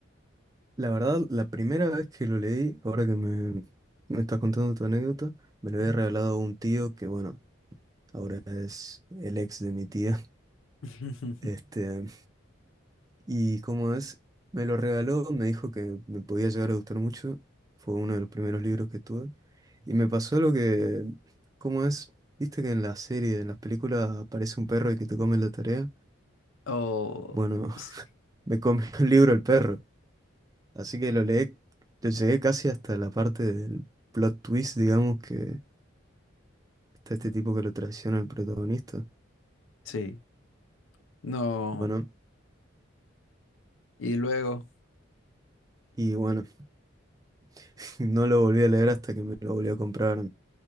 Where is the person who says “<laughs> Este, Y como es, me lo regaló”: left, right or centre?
Right